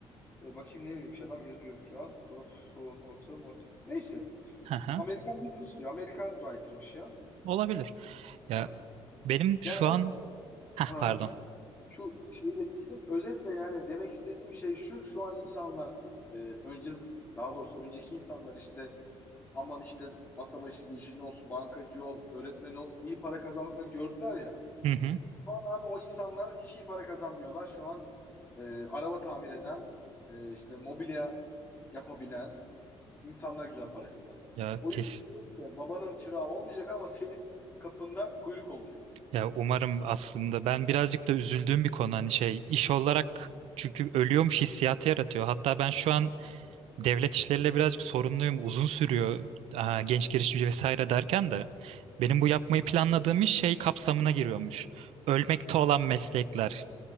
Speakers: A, on the left; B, on the right.
A: e, bakayım ne bileyim adam yazıyormuş şu an. Korfron orta mort. Neyse.
B: Hı hı.
A: E, Amerikan business diyor. Amerikan writer'mış ya.
B: Olabilir. Ya
A: Yani
B: Benim şu
A: yani o
B: an Heh,
A: aha,
B: pardon.
A: şu şeyi de bitireyim. Özetle yani demek istediğim şey şu. Şu an insanlar e, önce daha doğrusu önceki insanlar işte aman işte masa başı bir işin olsun, bankacı ol, öğretmen ol, iyi para kazandıkları gördüler ya.
B: Hı hı.
A: Şu an abi o insanlar hiç iyi para kazanmıyorlar. Şu an e, araba tamir eden, e, işte mobilya yapabilen insanlar güzel para kazanıyor.
B: Ya
A: O
B: kes
A: yüzden diyorum ki babanın çırağı olmayacak ama senin kapında kuyruk olacak.
B: ya umarım aslında ben birazcık da üzüldüğüm bir konu hani şey iş olarak çünkü ölüyormuş hissiyatı yaratıyor. Hatta ben şu an devlet işleriyle birazcık sorunluyum. Uzun sürüyor aa, genç girişimci vesaire derken de benim bu yapmayı planladığım iş şey kapsamına giriyormuş. Ölmekte olan meslekler.